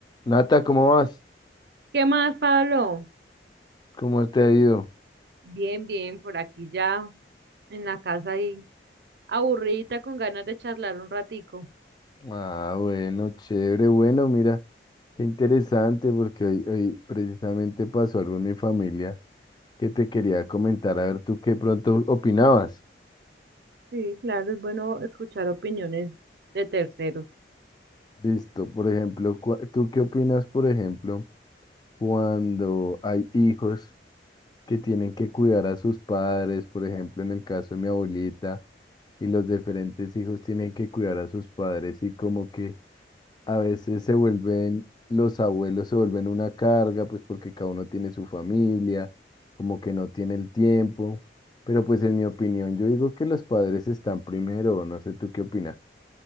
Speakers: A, on the left; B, on the right.
A: Nata, ¿cómo vas?
B: ¿Qué más, Pablo?
A: ¿Cómo te ha ido?
B: Bien, bien, por aquí ya en la casa ahí, aburrida con ganas de charlar un ratico.
A: Ah, bueno, chévere, bueno, mira, qué interesante porque hoy, hoy precisamente pasó algo en mi familia que te quería comentar, a ver tú qué pronto opinabas.
B: Sí, claro, es bueno escuchar opiniones de terceros.
A: Listo, por ejemplo, cua- ¿tú qué opinas, por ejemplo, cuando hay hijos que tienen que cuidar a sus padres, por ejemplo, en el caso de mi abuelita, y los diferentes hijos tienen que cuidar a sus padres y como que... a veces se vuelven, los abuelos se vuelven una carga, pues porque cada uno tiene su familia, como que no tiene el tiempo. Pero pues en mi opinión, yo digo que los padres están primero, no sé tú qué opinas.